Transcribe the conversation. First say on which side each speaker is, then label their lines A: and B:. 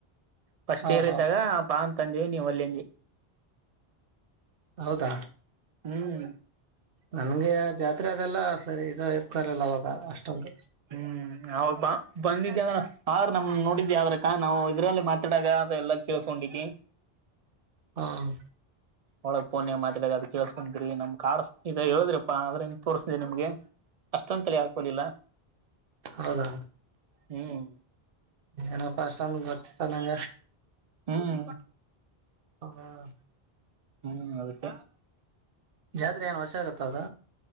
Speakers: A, on the right; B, on the right.
A: ಫಸ್ಟ್
B: ಹಾ
A: ಇಯರ್
B: ಹಾ
A: ಇದ್ದಾಗ ಬಾ ಅಂತಂದಿವಿ ನೀ ವಲ್ಯಂದಿ.
B: ಹೌದಾ.
A: ಹ್ಮ್
B: ನನ್ಗೆ ಜಾತ್ರೆ ಅದೆಲ್ಲ ಸರಿ ಇ ಇರ್ತಾಇರ್ಲಿಲಾ ಅವಾಗ ಅಷ್ಟೊಂದ.
A: ಹ್ಮ್ ಅವಾಗ ಬಾ ಬಂದಿದಿ ಅಂದ್ರ ಆದ್ರ ನಮ್ ನೋಡಿದಿ ಆದ್ರಕ್ಕ ನಾವು ಇದ್ರಲ್ಲಿ ಮಾತಾಡಾಗ ಅದ ಎಲ್ಲಾ ಕೇಳಸ್ಕೊಂಡಿದ್ದಿ.
B: ಹಾಂ
A: ಒಳಗ್ ಪೊನ್ಯಾಗ ಮಾತಾಡದ್ ಅದ ಕೇಳ್ಸ್ಕೊಂದ್ರಿ ನಮ್ ಕಾಡಸ್ ಹೇಳದ್ರಿಪಾ ಅವ್ರೇನ್ ತೋರ್ಸಲಿ ನಿಮ್ಗೆ. ಅಷ್ಟೊಂದ್ ತಲೆಗ್ ಹಾಕೋಲಿಲ್ಲ.
B: ಹೌದಾ
A: ಹ್ಮ್
B: ಏನಪ್ಪಾ ಅಷ್ಟೊಂದು ಗೊತ್ತಿಲ್ಲಾನಂಗ.
A: ಹ್ಮ್
B: ಹಾಂ
A: ಹ್ಮ್ ಅದಕ್ಕ.
B: ಜಾತ್ರಿ ಏನ್ ವರ್ಷಾ ಆಗತ್ತಾ ಅದ.